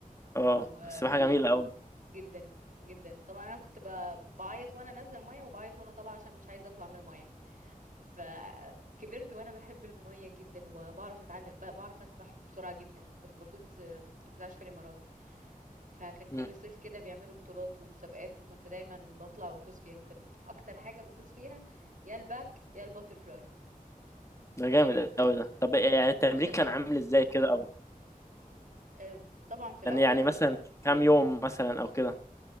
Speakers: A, on the left (about 20°); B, on the right (about 65°).
A: اه
B: وكنت
A: السباحه جميله قوي
B: جدا جدا طبعا انا كنت ب- بعيط وانا نازلة المية وبعيط وانا طالعة عشان مش عايزة اطلع من المية فكبرت وانا بحب المية جدا وبعرف اتعلم ب- بعرف اسبح بسرعة جدا كنت بفوز كنت عايشة في الامارات فكان كل
A: مم.
B: صيف كده بيعملوا بطولات ومسابقات وكنت دايما بطلع وافوز فيها وكان اكتر حاجه بفوز فيها يا الباك يا الباترفلاي
A: ده جامد
B: كانت
A: قوي ده طب إيه يعني التمرين
B: اكتر
A: كان
B: حاجه
A: عامل
B: احبها
A: ازاي كده او
B: آه، طبعا في الاول
A: كان يعني مثلا كام يوم مثلا او كده